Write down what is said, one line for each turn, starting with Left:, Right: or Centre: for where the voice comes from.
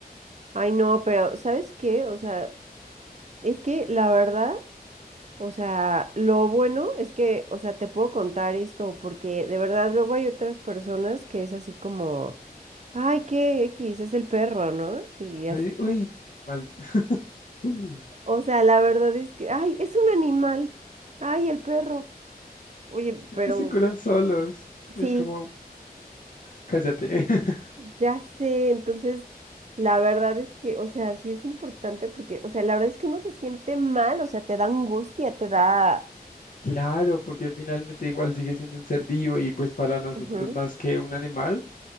Right: Ay, no, pero ¿sabes qué? O sea, es que la verdad, o sea, lo bueno es que, o sea, te puedo contar esto, porque de verdad luego hay otras personas que es así como, ay, qué X, es el perro, ¿no? Y así
Left: Ay, Uy,
Right: como,
Left: mal. <clears throat> <laughs> Mm.
Right: o sea, la verdad es que, ay, es un animal, ay, el perro. Oye,
Left: Ellos
Right: pero
Left: se curan solos. Es
Right: sí,
Left: como, cállate. <laughs>
Right: ya sé. Entonces, la verdad es que, o sea, sí es importante porque, o sea, la verdad es que uno se siente mal, o sea, te da angustia, te da...
Left: Claro, porque finalmente igual sigue siendo un ser vivo y pues para nosotros
Right: Ujú,
Left: más que un animal,